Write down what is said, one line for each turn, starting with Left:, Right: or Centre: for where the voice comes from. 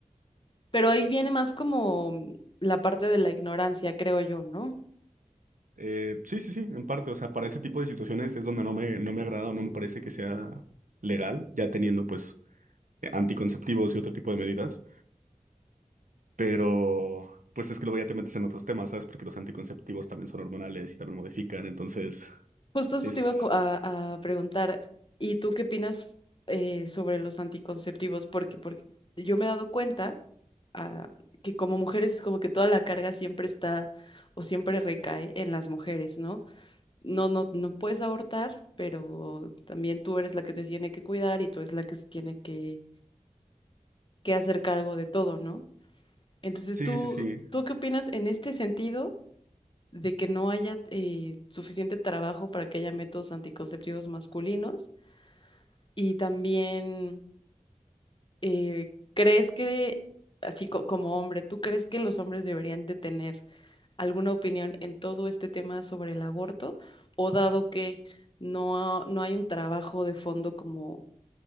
Left: Pero ahí viene más como mm, la parte de la ignorancia, creo yo, ¿no?
Right: Eh, sí, sí, sí, en parte. O sea, para ese tipo de situaciones es donde no me, no me agrada o no me parece que sea legal, ya teniendo pues eh, anticonceptivos y otro tipo de medidas. Pero pues es que luego ya te metes en otros temas, ¿sabes? Porque los anticonceptivos también son hormonales y también modifican. Entonces,
Left: Justo esto
Right: es...
Left: te iba a, co- a- a preguntar, ¿y tú qué opinas eh, sobre los anticonceptivos? Porque, porque yo me he dado cuenta ah, que como mujeres como que toda la carga siempre está o siempre recae en las mujeres, ¿no? no, no, no puedes abortar, pero también tú eres la que te tiene que cuidar y tú eres la que se tiene que, que hacer cargo de todo, ¿no? Entonces,
Right: Sí,
Left: ¿tú,
Right: sí, sí.
Left: tú qué opinas en este sentido de que no haya eh, suficiente trabajo para que haya métodos anticonceptivos masculinos? Y también, eh, ¿crees que, así co- como hombre, ¿tú crees que los hombres deberían de tener alguna opinión en todo este tema sobre el aborto? O dado que no, no hay un trabajo de fondo como